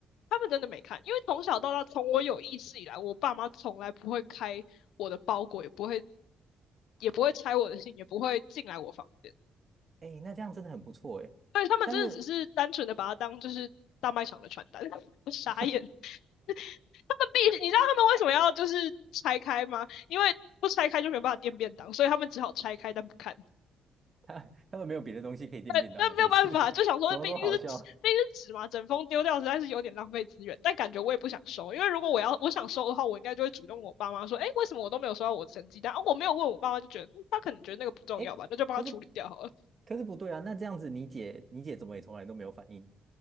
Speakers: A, on the left (about 85°); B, on the right (about 35°).
A: 他们真的没看，因为从小到大，从我有意识以来，我爸妈从来不会开我的包裹，也不会也不会拆我的信，也不会进来我房间。
B: 哎，那这样真的很不错哎。
A: 对他们真的只是单纯的把它当就是大卖场的传单，
B: 但是
A: <laughs> 我傻眼。
B: <laughs>
A: <laughs> 他们必须，你知道他们为什么要就是拆开吗？因为不拆开就没有办法垫便当，所以他们只好拆开但不看。
B: 他他们没有别的东西可以垫便当了，
A: 对，但没有办法，
B: 是不是？<laughs>
A: 就想说毕竟是毕竟是纸嘛，
B: 怎么那么好笑？
A: 整封丢掉实在是有点浪费资源。但感觉我也不想收，因为如果我要我想收的话，我应该就会主动我爸妈说，哎、欸为什么我都没有收到我的成绩单？啊，我没有问我爸妈，就觉得、嗯他可能觉得那个不重要吧，
B: 哎，
A: 那就帮他处理掉好了。
B: 可是可是不对啊，那这样子你姐你姐怎么也从来都没有反应？